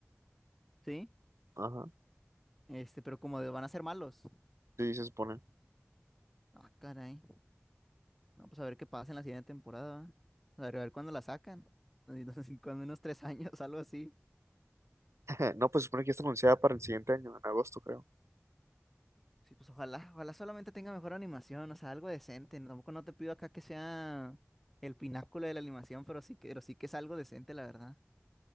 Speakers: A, in the centre; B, on the right.
A: sí,
B: Ajá,
A: este, pero como de- van a ser malos.
B: sí, se supone.
A: Ah, caray. No, pues a ver qué pasa en la siguiente temporada. ¿va? A ver, a ver cuándo la sacan. Así, <laughs> cuando unos tres años, <laughs> algo así.
B: <laughs> No, pues se supone que ya está anunciada para el siguiente año, en agosto, creo.
A: Sí, pues ojalá, ojalá solamente tenga mejor animación, o sea, algo decente. no- Tampoco no te pido acá que sea el pináculo de la animación, pero sí que, pero sí que es algo decente, la verdad.